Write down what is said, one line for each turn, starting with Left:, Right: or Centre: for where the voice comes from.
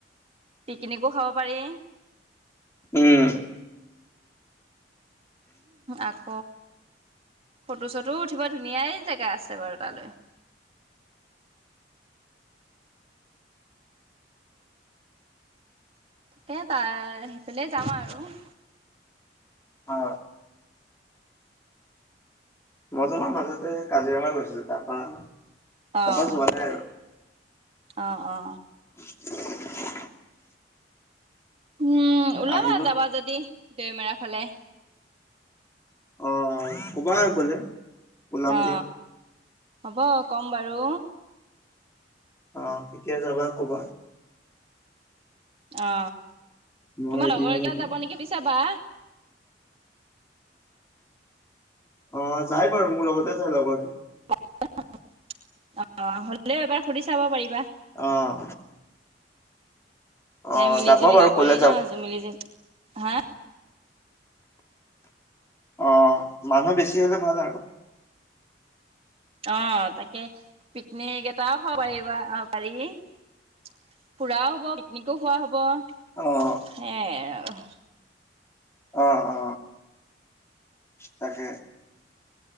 Right: পিকনিকো খাব পাৰি।
Left: উম,
Right: আক ফটো চটো উঠিব ধুনীয়াই জেগা আছে বাৰু তালৈ। কে তাৰ সেফালে যাম আৰু।
Left: অ। মই তোমাৰ মাজতে কাজিৰঙা গৈছিলো। জাপান,
Right: অ',
Left: জাপান যোৱা নাই আৰু।
Right: অ অ।
Left: <inaudible>
Right: উম ওলাবা
Left: আহিলো
Right: যাবা যদি দেমেৰা ফালে।
Left: অ ক'বা গ'লে। ওলাম
Right: অ
Left: দিয়া
Right: হ'ব কম বাৰু।
Left: অ কেতিয়া যাবা কবা।
Right: অ
Left: মই
Right: তোমাৰ
Left: ৰেডি
Right: লগৰ
Left: হৈ
Right: এগলা
Left: থাকিম
Right: যাব নেকি শুধি চাবা?
Left: অ যাই বাৰু মোৰ লগতে যাই লগৰটো।
Right: <unintelligible> অ হলেও এবাৰ সুধি চাব পাৰিবা।
Left: অহ।
Right: তে
Left: অহ
Right: মিলি জুলি
Left: বাৰু
Right: যাব
Left: কলে
Right: পাৰি না মিলি জুল, হা?
Left: অ মানুহ বেছি হ'লে ভাল আৰু।
Right: অ তাকে পিকনিক এটাও খাব পাৰিবা অহ পাৰি। ফুৰাও হ'ব পিকনিকো খোৱা হ'ব,
Left: অহ
Right: সেইয়াই আৰু।
Left: অ অ। তাকে